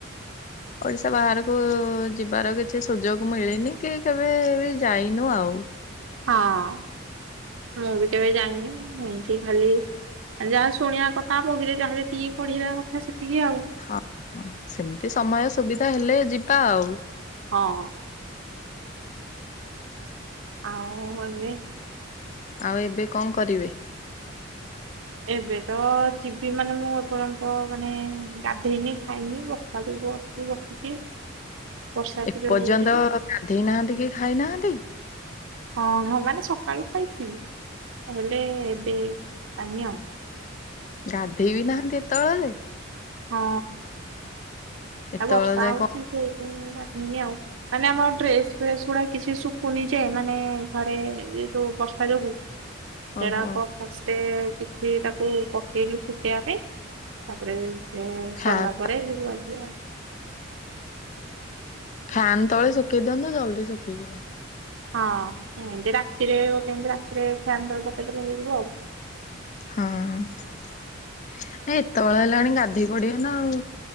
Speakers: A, on the left; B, on the right.
A: ଓଡିଶା ବାହାରକୁ ଯିବାର କିଛି ସୁଯୋଗ ମିଳିନି କି କେବେ ବି ଯାଇନୁ ଆଉ।
B: ହଁ ମୁଁ ବି କେବେ ଜାଇନି। ଏମିତି ଖାଲି ଯାହା ଶୁଣିବା କଥା ବୁହି ରେ ଯାହା ଯେତିକି ପଢ଼ିବା କଥା ସେତିକି। ଆଉ
A: ହଁ ସେମିତି ସମୟ ସୁବିଧା ହେଲେ ଯିବା ଆଉ।
B: ଅ ହଁ। ଆଉ ଏବେ?
A: ଆଉ ଏବେ କଣ କରିବେ?
B: ଏବେ ତ ଯିବି ମାନେ ମୁଁ ଏପର୍ଯ୍ୟନ୍ତ ମାନେ ଗାଧେଇନି ଖାଇନି ବର୍ଷା ଆସି ବସିଛି। ବର୍ଷା ଏତେ
A: ଏପର୍ଯ୍ୟନ୍ତ
B: ଜୋରେ ହଉଛି ଯେ
A: ଗାଧେଇ ନାହାନ୍ତି କି ଖାଇ ନାହାନ୍ତି?
B: ହଁ ହଁ ମାନେ ସକାଳୁ ଖାଇଥିଲି ହେଲେ ଏବେ ଖାଇ ନି ଆଉ।
A: ଗାଧେଇ ବିି ନାହାନ୍ତି ଏତଳ ଯାଏଁ?
B: ହଁ
A: ଏତେବେଳ
B: ଆଉ ବର୍ଷା
A: ଯାଏ
B: ହଉଛି
A: କଣ
B: ଯେ <unintelligible> ଆଉ ମାନେ ଆମ ଡ୍ରେସ ଫେସ୍ ଗୁଡ଼ା କିଛି ଶୁଖୁନି ଯେ ମାନେ ଘରେ ଏ ଯୋଉ ବର୍ଷା ଯୋଗୁ ସେଡ଼ାକ
A: ଓହୋ
B: ଫାଷ୍ଟ ଏବେ ତାକୁ ପକେଇଲୁ ଶୁଖେଇବା ପାଇଁ ତାପରେ ସେ
A: ଫ୍ୟାନ୍
B: ସରିଲା ପରେ ଯିବି ଗାଧାଇବି ଆଉ।
A: ଫ୍ୟାନ ତଳେ ଶୁଖେଇ ଦିଅନ୍ତୁ ଜଲଦି ଶୁଖିଯିବ।
B: ହଁ ଏମିତି ରାତିରେ ଗୋଟେ ଏମିତି ରାତିରେ ଫ୍ୟାନ ତଳେ ପକେଇ ଦେଲେ ହେଇଯିବ ଆଉ।
A: ହଁ। ନାଇଁ ଏତଳ ହେଲାଣି ଗାଧୋଇ ପଡ଼ିବ ନା ଆଉ?